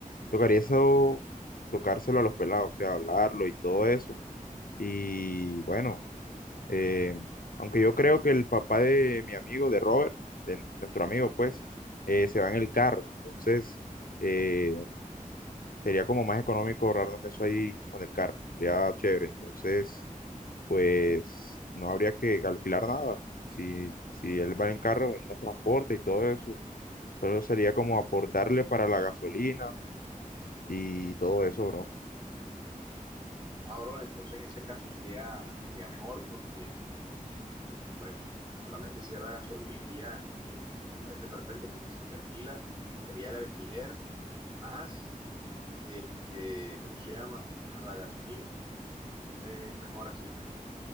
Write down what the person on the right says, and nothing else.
ah, bro, entonces en ese caso sería, sería mejor porque no, bueno, solamente sería la gasolina y ya, entonces me parece perfecto porque si se alquila, sería el alquiler más, este, ¿cómo se llama? Más la gasolina. Entonces es mejor así,